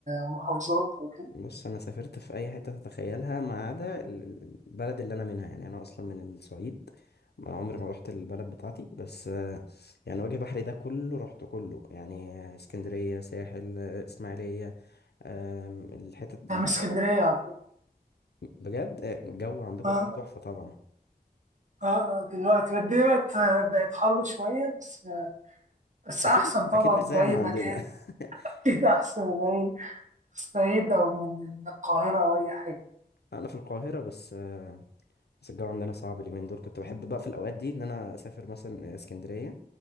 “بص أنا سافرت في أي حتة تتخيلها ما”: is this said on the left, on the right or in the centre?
Left